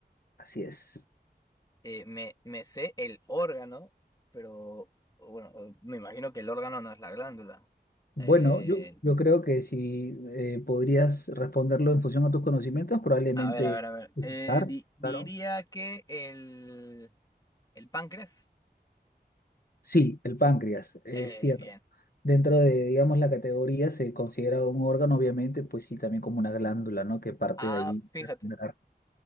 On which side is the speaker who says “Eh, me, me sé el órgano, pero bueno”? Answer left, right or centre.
Left